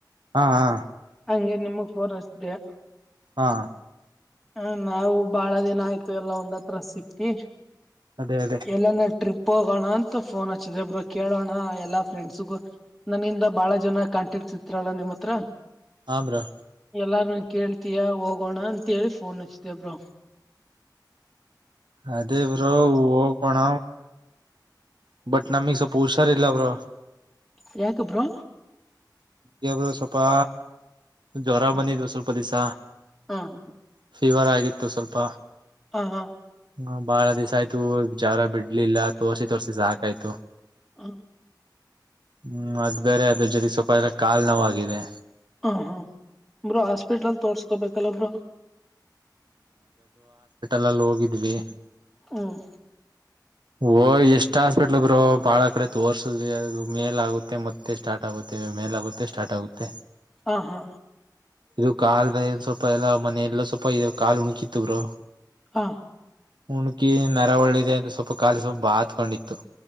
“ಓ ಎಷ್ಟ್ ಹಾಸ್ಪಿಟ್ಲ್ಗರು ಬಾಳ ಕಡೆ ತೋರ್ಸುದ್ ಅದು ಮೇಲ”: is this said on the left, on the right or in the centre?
Right